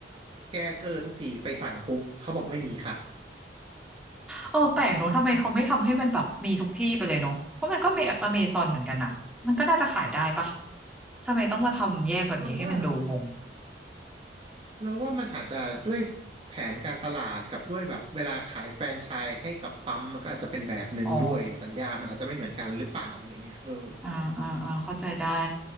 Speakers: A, on the right (about 30°); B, in the centre.
A: แก้เกอร์ทุกทีไปสั่งปุ๊บเขาบอกไม่มีค่ะ
B: เออแปลกเนอะทำไมเขาไม่ทำให้มันแบบมีทุกที่ไปเลยเนอะเพราะมันก็เมอเมซอนเหมือนกันอะมันก็น่าจะขายได้ปะทำไมต้องมาทำแยกแบบนี้ให้มันดูงง
A: เราว่า เราว่ามันอาจจะด้วยแผนการตลาดกับด้วยแบบเวลาขายแฟรนไชส์ให้กับปั๊มมันก็อาจจะเป็นแบบหนึ่งด้วยสัญญามันอาจจะไม่เหมือนกันหรือเปล่าอะไรเงี้ยเออ
B: อ๋ออ่าอ่าอ่าเข้าใจได้